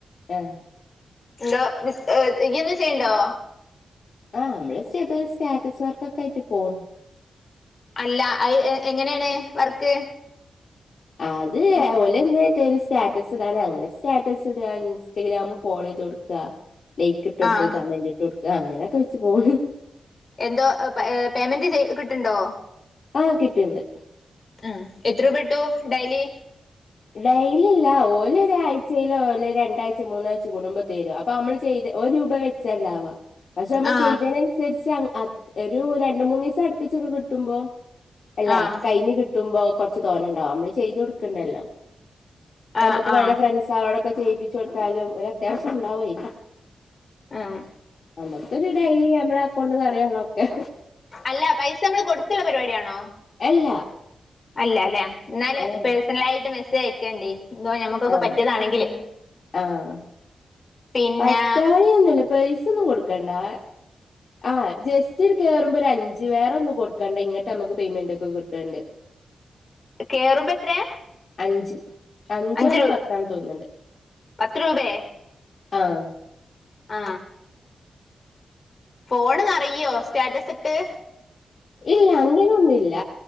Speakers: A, on the left (about 55°); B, on the left (about 40°).
A: ഏഹ്
B: എന്താ ബി <unintelligible> ചെയ്യ്ണ്ടോ.
A: ആ അമ്മള് ചെറ്തായി സ്റ്റാറ്റസ് വർക്കൊക്കെ ആയിട്ട് പോണ്
B: അല്ല അത് എങ്ങനേണ് വർക്ക്.
A: അത് ഓലന്തേലും തെരും സ്റ്റാറ്റസ് ഇടാന് അങ്ങനെ സ്റ്റാറ്റസ് ഇട ഇൻസ്റ്റഗ്രാം ഫോളോയ്ത് കൊട് ക്ക ലൈക്ക് ഇട്ട് കൊട്ക്ക
B: ആഹ്
A: കമന്റ് ഇട്ട് കൊട്ക്ക അങ്ങനെയൊക്കെ വെച്ച് പോണ്
B: എന്തോ പേയ്മെന്റ് ചെയ കിട്ട്ണ്ടോ.
A: ആഹ് കിട്ട്ണ്ട്.
B: ആഹ് എത്ര രൂപ കിട്ടു ഡയ്ലി.
A: ഡെയ്ലില്ല ഓലരാഴ്ച്ചേലോ ല്ലെ രണ്ടാഴച മൂന്നാഴ്ച കുടുമ്പത്തരും അ അപ്പമ്മള് ചെയ്ത് ഒരു രൂപ വെച്ചണ്ടവാ പക്ഷെ നമ്മള്
B: ആഹ്
A: ചെയ്തേനൻസര്ച്ച്. ഒരു രണ്ട് മൂന്നീസം അട്പ്പിച്ചൊക്കെ കിട്ടുമ്പോ അല്ല
B: ആഹ്
A: കഴിഞ്ഞ്‌ കിട്ട മ്പൊ കൊർച്ച് തോനണ്ടാവും അമ്മള് ചെയ്ത് കൊട്ക്ക്ണ്ടല്ലോ. പ്പ
B: ആഹ്
A: മ്മക്ക് വേണേ
B: ആഹ്
A: ഫ്രണ്ട്സാളോടൊക്കെ ചെയ്യിപ്പിച്ച് കൊട്ത്താലും ഒരു അത്യാവശ്യം ഇണ്ടാവൊയ്
B: ആഹ്.
A: അമ്മക്കൊരു ഡൈലി നമ്മള അക്കൗണ്ട് നറയാള്ള ഒക്കെ.
B: അല്ല പൈസ <unintelligible> പരിപാടിയാണോ
A: അല്ല
B: അല്ല ലേ ന്നാല്
A: ഏഹ്
B: പേഴ്സണലായിട്ട് മെസ്സേജ് അയക്കണ്ടി എന്തോ ഞമ്മക്കൊക്കെ
A: ആഹ്
B: പറ്റിയതാണെങ്കില്.
A: ആഹ്
B: പിന്നെ
A: പറ്റായി ഒന്നുല്ല പൈസ ഒന്നും കൊടുക്കണ്ടാ. ആഹ് ജെസ്റ്റ് ഒരു കേറുമ്പൊ ഒര് അഞ്ച്. വേറെ ഒന്നും കൊട്ക്കണ്ട ഇങ്ങിട്ട് അമ്മക്ക് പേയ്മെന്റ് ഒക്ക കിട്ട്ണ്ട്.
B: കേറുമ്പോ എത്രേ
A: അഞ്ച് അഞ്ചാണോ
B: അഞ്ച് രൂ
A: പത്താണോ തോന്ന്ണ്ട്.
B: പത്ത് രൂപേ
A: ആഹ്
B: ആ ഫോണ് നെറയോ സ്റ്റാറ്റസ്ട്ട്.
A: ഇല്ല അങ്ങനെന്നുല്ല.